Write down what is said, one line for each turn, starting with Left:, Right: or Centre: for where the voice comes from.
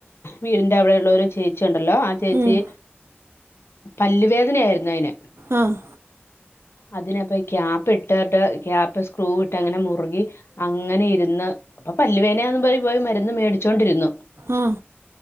Left: വീടിന്റെ അവിടെയുള്ളൊരു ചേച്ചി ഉണ്ടല്ലോ ആ ചേ
Right: ഉം
Left: ചേച്ചി പല്ല് വേദനയായിരുന്നു അയിന്
Right: ആഹ്
Left: അതിനപ്പം ഈ ക്യാപ്പ് ഇട്ടിട്ട് ക്യാപ്പ് സ്ക്രൂ ഇട്ട് അങ്ങനെ മുറുകി അങ്ങനെ ഇരുന്ന് അപ്പൊ പല്ലുവേനയാന്ന് പറ പോയി പോയി മരുന്ന് മേടിച്ചോണ്ടിരുന്നു
Right: ആഹ്